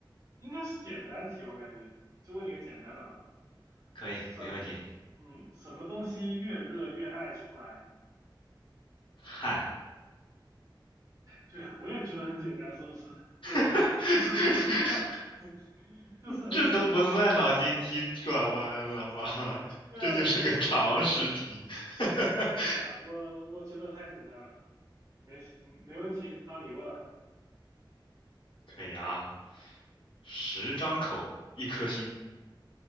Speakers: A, on the right; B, on the left.
A: 应该是简单题，我感觉，就问你一个简单的吧。
B: 可以，
A: 什，
B: 没问题。
A: 嗯，什么东西越热越爱出来？
B: 汗，
A: 对啊，我也觉得很简单，是不是？对，
B: <laughs>
A: <laughs> 就是很简单，<laughs> 就是很简单。
B: 这都不算脑筋急转弯了吧？<laughs>
A: 对啊，
B: 这就是个常识题。
A: 我觉得，
B: <laughs>
A: 对啊，我我觉得太简单了，没没问题，到你问了。
B: 可以啊，十张口，一颗心，